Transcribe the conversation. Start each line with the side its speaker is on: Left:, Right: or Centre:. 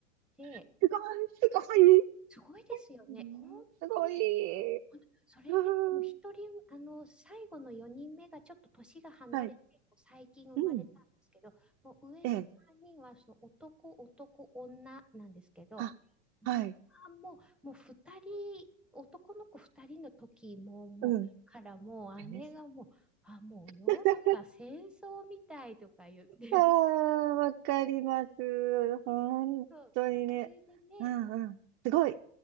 Centre: で、
Right: すごい、すごい。
Centre: すごすごいですよね。
Right: うんすごい。
Centre: 本当に、それで、
Right: <laughs> あー
Centre: その一人、あの、最後の4人目がちょっと年が離れて、
Right: はい。
Centre: こう最近生まれたんですけど、
Right: うん。
Centre: もう上の3人はそう男、
Right: ええ。
Centre: 男、女なんですけど、
Right: あ、
Centre: まあ、
Right: はい。
Centre: もう、もう2人、男の子2人の時も、もう、
Right: うん。
Centre: からもう姉がもう、
Right: です。
Centre: あ、もう夜が戦争みたいとか言って、
Right: <laughs> ああ、
Centre: <laughs>
Right: わかります。本当にね。
Centre: そうそう、そうそれでね、
Right: うんうん。すごい。